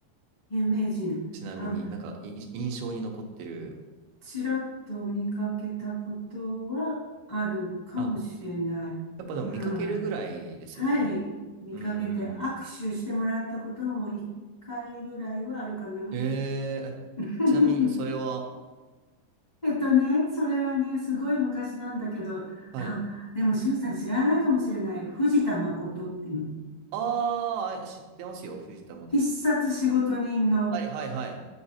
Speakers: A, on the left (about 40°); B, on the right (about 85°).
A: 有名人。
B: ちなみになんか、
A: あ、
B: い印象に残ってる。
A: ちらっと見かけたことはあるかもしれない。
B: あ、やっぱでも見かけるぐらいですよね。
A: はい。はい。見かけて握手してもらったことも一回ぐらいはあるかな。
B: うーん。えええちなみに、
A: <laughs>
B: それは、
A: えっとね、それはね、すごい昔なんだけど、
B: はい。
A: あ、でも、しゅんさん知らないかもしれない。藤田誠っていう、
B: ああ、え知ってますよ、藤田誠さん。
A: 必殺仕事人の、
B: はい、はい、はい。